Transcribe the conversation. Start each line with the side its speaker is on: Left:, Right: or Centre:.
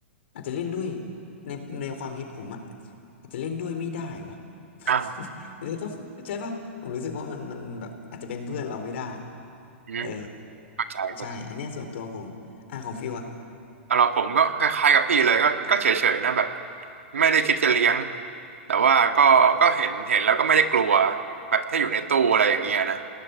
Left: อาจจะเล่นด้วยในในความคิดผมอะอาจจะเล่นด้วยไม่ได้ว่ะ
Right: อ่า
Left: <laughs> มันจะต้องใช่ปะผมรู้สึกว่ามันมันแบบอาจจะเป็นเพื่อนเราไม่ได้
Right: อืม
Left: เออ
Right: เข้าใจเข้า
Left: ใช่อันเนี้ยส่วนตัวผมอ่ะของฟิวอะ
Right: สำหรับผมก็คล้ายๆกับพี่เลยก็ก็เฉยๆนะแบบไม่ได้คิดจะเลี้ยงแต่ว่าก็ก็เห็นเห็นแล้วก็ไม่ได้กลัวแบบถ้าอยู่ในตู้อะไรอย่างเงี้ยนะ